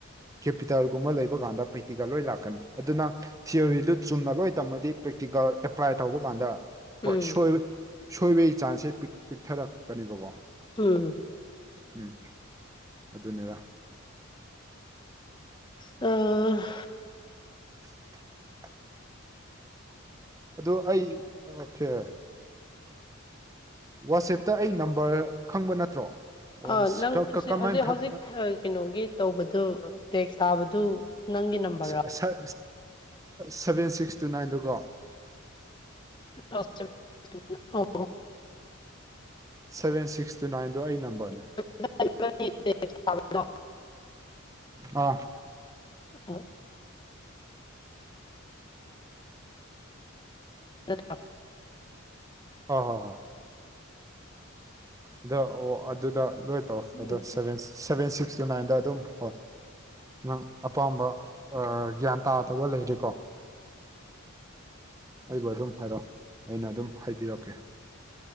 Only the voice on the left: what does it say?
ꯎꯝ
ꯎꯝ
ꯎꯝ
ꯑ
ꯑꯥ ꯅꯪ
ꯍꯧꯖꯤꯛ
ꯍꯧꯖꯤꯛ ꯀꯩꯅꯣꯒꯤ ꯇꯧꯕꯗꯨꯣ ꯇꯦꯛꯁ ꯊꯥꯕꯗꯨ ꯅꯪꯒꯤ ꯅꯝꯕꯔ
ꯍ ꯍꯣ
ꯣ <unintelligible>
ꯑ <unintelligible>
ꯎꯝ,